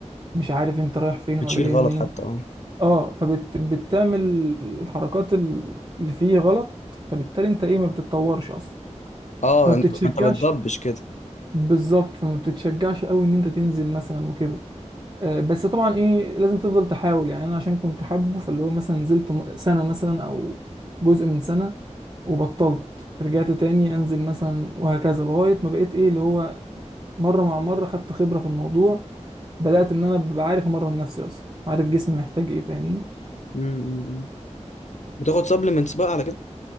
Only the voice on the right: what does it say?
مش عارف انت رايح فين
ولا جاي
منين
اه فبتعمل الحركات ال- اللي فيه غلط فبالتالي انت ايه ما بتتطورش اصلا
فما
بتتشجعش
بالظبط فما بتتشجعش قوي ان انت تنزل مثلا وكده آه بس طبعا ايه لازم تفضل تحاول يعني انا عشان كنت حابه فاللي هو مثلا نزلت م- سنة مثلا او جزء من سنة وبطلت رجعت تاني انزل مثلا وهكذا لغاية ما بقيت ايه اللي هو مرة مع مرة خدت خبرة في الموضوع بدأت ان انا ببقى عارف امرن نفسي اصلا عارف جسمي محتاج ايه فاهمني